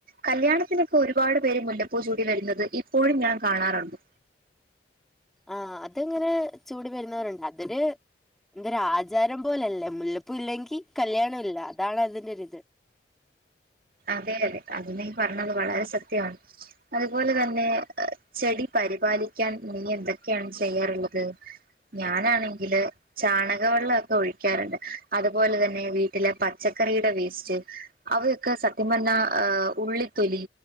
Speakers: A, on the right; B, in the centre.
A: കല്യാണത്തിനൊക്കെ ഒരുപാട് പേര് മുല്ലപ്പൂ ചൂടി വരുന്നത് ഇപ്പോഴും ഞാൻ കാണാറുണ്ട്
B: ആഹ് അതങ്ങനെ ചൂടി വരുന്നവരുണ്ട് അതൊരു എന്തൊരു ആചാരം പോലല്ലേ മുല്ലപ്പ ഇല്ലെങ്കിൽ കല്യാണം ഇല്ല അതാണ് അതിന്റെരിത്
A: അതെ അതെ അത് നീ പറഞ്ഞത് വളരെ സത്യമാണ് അതുപോലെ തന്നെ ചെടി പരിപാലിക്കാൻ നീ എന്തൊക്കെയാണ് ചെയ്യാറുള്ളത് ഞാനാണെങ്കില് ചാണക വെള്ളമൊക്കെ ഒഴിക്കാറുണ്ട് അതുപോലെ തന്നെ വീട്ടിലെ പച്ചക്കറിയുടെ വേസ്റ്റ് അവയൊക്കെ സത്യ പറഞ ഉള്ളിത്തൊലി